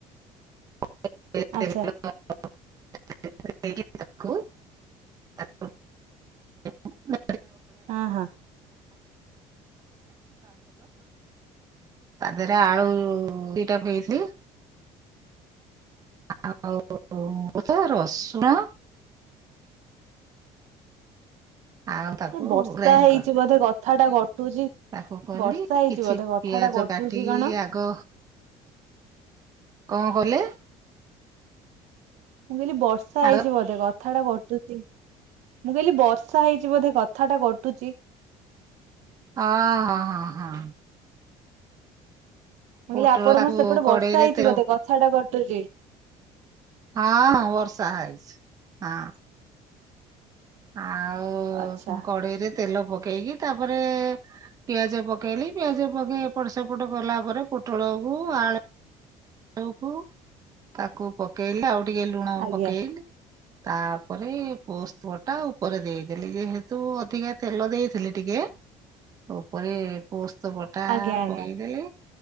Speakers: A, on the right (about 30°); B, on the right (about 65°).
A: <unintelligible>
B: ଆଚ୍ଛା
A: <unintelligible> <unintelligible>
B: ହଁ ହଁ
A: ତା ଦେହରେ ଆଳୁ ଦିଟାଇଲି। ଆଉ ରସୁଣ ଆଉ ତାକୁ
B: ବର୍ଷା
A: ଗ୍ରାଇଣ୍ଡ
B: ହେଇଛି
A: କରି
B: ବୋଧେ କଥା ଟା କଟୁଛି।
A: ତାକୁ କଲି
B: ବର୍ଷା ହେଇଛି
A: କିଛି
B: ବୋଧେ କଥା
A: ପିଆଜ
B: ଟା କଟୁଛି
A: କାଟିକି
B: କଣ?
A: ଆଗ କଣ କଲେ
B: ମୁଁ କହଲିି ବର୍ଷା
A: ହାଲୋ
B: ହେଇଛି ବୋଧେ କ କଥା ଟା କଟୁଛି ମୁଁ କହିଲି ବର୍ଷା ହେଇଛି ବୋଧେ କଥାଟା କଟୁଛି।
A: ହଁ ହଁ ହଁ ହଁ।
B: ମୁଁ
A: ପୋଟଳ
B: କହିଲି ଆପଣ
A: ତାକୁ
B: ମୋର ସେପଟ
A: କଡେଇରେ
B: ବର୍ଷ ହେଇଛି
A: ତେଲ
B: ବୋଧେ କଥାଟା କଟୁଛି।
A: ହଁ ହଁ ବର୍ଷା ହେଇଛି ହଁ। ଆଉ
B: ଆଚ୍ଛା
A: କଡେଇରେ ତେଲ ପକେଇକି ତାପରେ ପିଆଜ ପକେଇଲି ପିଆଜ ପକେଇ ଏପଟ ସେପଟ କଲା ପରେ ପୋଟଳକୁ ଆଳୁ <unintelligible> ତାକୁ ପକେଇଲେ ଆଉ ଟିକେ ଲୁଣ
B: ଆଜ୍ଞା
A: ପକେଇଲି। ତାପରେ ପୋସ୍ତପ ଟା ଉପରେ ଦେଇଦେଲି ଯେହେତୁ ଅଧିକା ତେଲ ଦେଇଥିଲି ଟିକେ। ଉପରେ ପୋସ୍ତ ବଟା
B: ଆଜ୍ଞା ଆଜ୍ଞା।
A: ପକେଇଦେଲେ